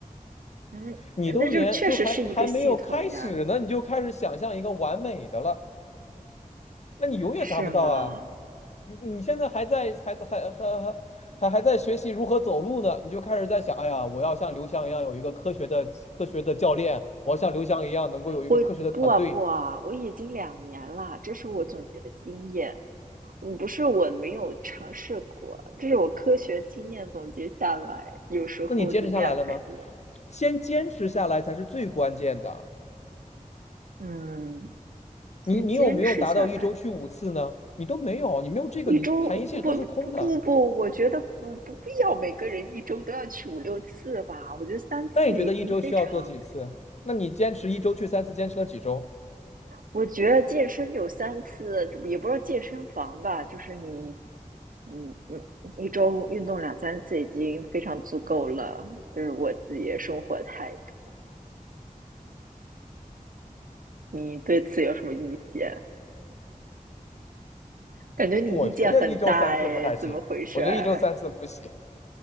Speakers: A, on the right (about 75°); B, on the left (about 50°).
A: 嗯，
B: 你都连就还还没有开始呢，
A: 那就确实是一个系统呀，
B: 你就开始想象一个完美的了，那你永远达不到啊。
A: 是吗？
B: 你你现在还在还还还还还还在学习如何走路呢，你就开始在想，哎呀，我要像刘翔一样有一个科学的科学的教练，我要像刘翔一样能够有一个科学的团队。
A: 我不啊不啊，我已经两年了，这是我总结的经验，嗯，不是我没有尝试过，这是我科学经验总结下来，有时候就量太多了，
B: 那你坚持下来了吗？先坚持下来才是最关键的。
A: 嗯，先坚持下来。
B: 你你有没有达到一周去五次呢？你都没有，你没有这个，
A: 一周不不不不，
B: 你谈一切都是空的。
A: 我觉得嗯不必要每个人一周都要去五六次吧，我觉得三次已经非常。
B: 那你觉得一周需要做几次？那你坚持一周去三次，坚持了几周？
A: 我觉得健身有三次，也不知道健身房吧，就是你，嗯嗯，一周运动两三次已经非常足够了。就是我自己的生活态度，你对此有什么意见？感觉你意见很大哎，
B: 我觉得一周三次不太行，
A: 怎么回事儿？
B: 我觉得一周三次不行，